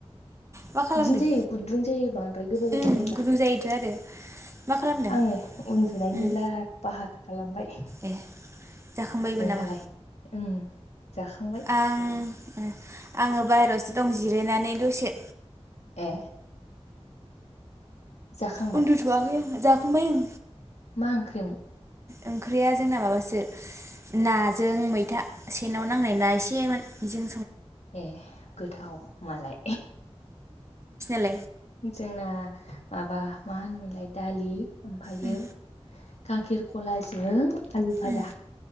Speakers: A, on the right; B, on the left.
A: मा खालामदों
B: बिदिनो जायो गुदुं जायो बांद्रा
A: उम
B: <inaudible> <inaudible> नोंहालाय
A: गुदुं जायोथ' आरो मा खालामदों उम ए जाखांबायबो नामा
B: उम जाखांबाय <inaudible>
A: आं आङो बाहेरायावसो दं जिरायनानै दसे
B: ए जाखांबाय
A: उन्दुथ'वाखै ओं जाखांबाय आं
B: मा ओंख्रिमोन?
A: ओंख्रिया जोंना माबासो नाजों मैथा सेनाव नांनाय ना एसेमोन बिजों
B: ए गोथाव मालाय
A: <inaudible>
B: जोंना माबा मा होनोमोनलाय दालि ओमफायो
A: उम
B: गाखिरखलाजों आलु भाजा।
A: उम